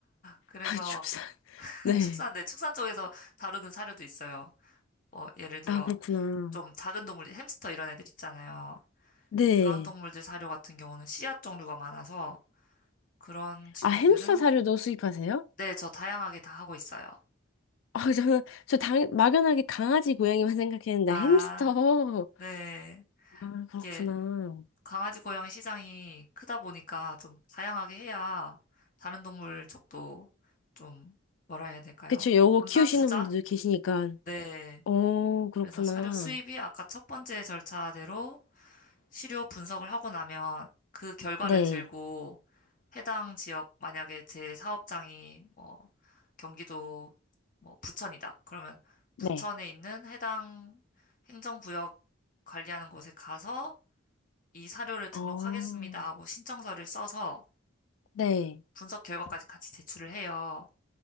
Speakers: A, on the left (about 40°); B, on the left (about 80°).
A: 그래서,
B: 아, 축산.
A: <laughs>
B: <laughs> 네.
A: 축산, 네, 축산 쪽에서 다루는 사료도 있어요. 뭐, 예를 들어,
B: 아, 그렇구나.
A: 좀 작은 동물, 햄스터 이런 애들 있잖아요.
B: 네.
A: 그런 동물들 사료 같은 경우는 씨앗 종류가 많아서, 그런 친구들은,
B: 아, 햄스터 사료도 수입하세요?
A: 네, 저 다양하게 다 하고 있어요.
B: 아, <laughs> 저는, 저 당, 막연하게 강아지, 고양이만 생각했는데,
A: 아.
B: 햄스터.
A: 네,
B: 아,
A: 이게
B: 그렇구나.
A: 강아지 고양이 시장이 크다 보니까 좀 다양하게 해야 다른 동물 쪽도 좀 뭐라 해야 될까요?
B: 그쵸, 요거
A: 분산
B: 키우시는
A: 투자?
B: 분들도 계시니까.
A: 네.
B: 오 그렇구나.
A: 그래서 사료 수입이 아까 첫 번째 절차대로 시료 분석을 하고 나면 그 결과를
B: 네.
A: 들고 해당 지역 만약에 제 사업장이 뭐 경기도 뭐 부천이다. 그러면
B: 네.
A: 부천에 있는 해당 행정구역 관리하는 곳에 가서 이 사료를 등록하겠습니다
B: 어,
A: 하고 신청서를 써서
B: 네.
A: 그 분석 결과까지 같이 제출을 해요.